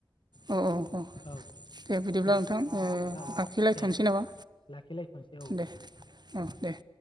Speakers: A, on the right; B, on the left.
A: अ अ अ
B: औ
A: दे बिदिब्ला
B: गोजो
A: नोंथां ओ
B: औ
A: लाखिलायथनोसै
B: दे
A: नामा
B: लाखिलायथ'नोसै औ
A: दे अ दे